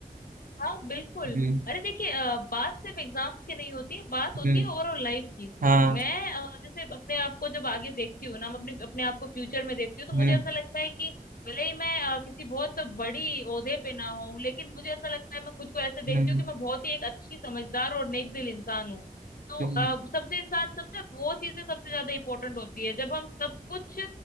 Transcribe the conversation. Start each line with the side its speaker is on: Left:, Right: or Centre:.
Left: हाँ बिल्कुल
Right: हम्म
Left: अरे देखिए अ, बात सिर्फ एग्जाम्स की नहीं होती है बात होती
Right: हम्म
Left: है ओवरऑल लाइफ की
Right: हाँ
Left: मैं अ, जैसे अपने आप को जब आगे देखती हूँ ना मैं अपने अपने आप को फ्यूचर में देखती हूँ तो
Right: हम्म
Left: मुझे ऐसा लगता है कि भले ही मैं अ, किसी बहुत बड़ी ओहदे पे ना हूँ लेकिन मुझे ऐसा लगता है मैं खुद को ऐसे देखती
Right: हम्म
Left: हूँ कि मैं बहुत ही एक अच्छी समझदार और नेक दिल इंसान हूँ तो
Right: हम्म
Left: अ, सबसे इंसान सबसे वो चीजें सबसे ज्यादा इंपॉर्टेंट होती है जब हम सब कुछ